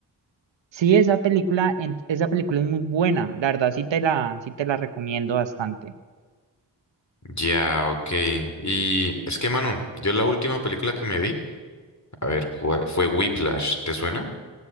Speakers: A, on the right (about 80°); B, on the left (about 40°).
A: Sí, esa película, en- esa película es muy buena, la verdad sí te la, sí te la recomiendo bastante.
B: Ya, ok. Y es que, mano, yo la última película que me vi, a ver, ¿cuál? Fue Whiplash, ¿te suena?